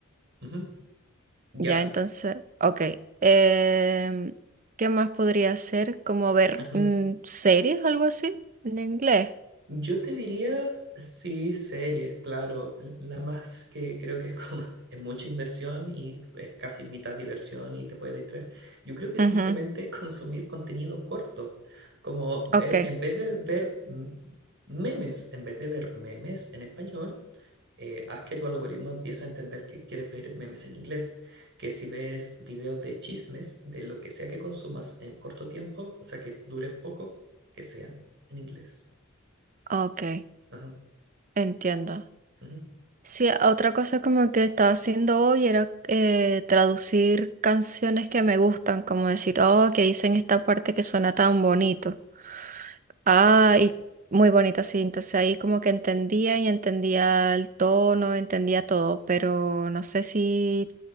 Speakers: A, on the right (about 55°); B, on the right (about 35°).
A: Ujú, Ya.
B: Ya, entonces, ok. em, ¿qué más podría hacer? Como ver
A: ujú.
B: mm, series, algo así, en inglés.
A: Yo te diría, sí, series, claro. La más que creo que es como <laughs> es mucha inversión y es casi mitad diversión y te puedes distraer. Yo creo que
B: Ujú,
A: simplemente <laughs> consumir contenido corto, como ver,
B: Ok,
A: en vez de ver mm, memes, en vez de ver memes en español, eh, haz que tu algoritmo empiece a entender que quieres ver memes en inglés. Que si ves videos de chismes, de lo que sea que consumas en corto tiempo, o sea que duren poco, que sean en inglés.
B: ok,
A: Ajá,
B: entiendo.
A: ujú.
B: Sí, a- otra cosa como que estaba haciendo hoy era eh, traducir canciones que me gustan, como decir, oh, que dicen esta parte que suena tan bonito. Ah, y muy bonito, sí. Entonces ahí como que entendía y entendía el tono, entendía todo, pero no sé si,